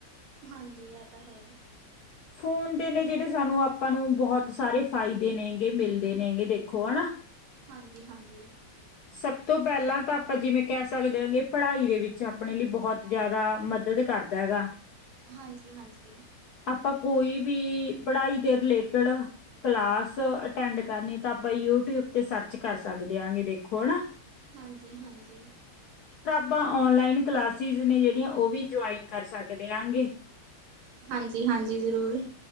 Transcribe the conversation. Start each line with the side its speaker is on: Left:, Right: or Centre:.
Right: ਹਾਂਜੀ ਇਹ ਤਾਂ ਹੈ ਹੀ,
Left: ਫੋਨ ਦੇ ਨੇ ਜਿਹੜੇ ਸਾਨੂੰ ਆਪਾਂ ਨੂੰ ਬਹੁਤ ਸਾਰੇ ਫਾਇਦੇ ਨੇਗੇ ਮਿਲਦੇ ਨੇਗੇ ਦੇਖੋ ਹਨਾ।
Right: ਹਾਂਜੀ, ਹਾਂਜੀ।
Left: ਸਭ ਤੋਂ ਪਹਿਲਾਂ ਤਾਂ ਆਪਾਂ ਜਿਵੇਂ ਕਹਿ ਸਕਦੇ ਹਾਂ ਕਿ ਪੜ੍ਹਾਈ ਦੇ ਵਿੱਚ ਆਪਣੇ ਲਈ ਬਹੁਤ ਜ਼ਿਆਦਾ ਮਦਦ ਕਰਦਾ ਹੈਗਾ।
Right: ਹਾਂਜੀ, ਹਾਂਜੀ।
Left: ਆਪਾਂ ਕੋਈ ਵੀ ਪੜ੍ਹਾਈ ਦੇ ਰਿਲੇਟਡ ਕਲਾਸ ਅਟੈਂਡ ਕਰਨੀ ਤਾਂ ਆਪਾਂ ਯੂਟੀਊਬ ਤੇ ਸਰਚ ਕਰ ਸਕਦੇ ਆਾਂਗੇ ਦੇਖ ਥੋੜਾ
Right: ਹਾਂਜੀ, ਹਾਂਜੀ।
Left: ਆਪਾਂ ਔਨਲਾਈਨ ਕਲਾਸਿਸ ਨੇ ਜਿਹੜੀਆਂ ਉਹ ਵੀ ਜੁਆਇਨ ਕਰ ਸਕਦੇ ਆਗੇ।
Right: ਹਾਂਜੀ, ਹਾਂਜੀ। ਜ਼ਰੂਰ।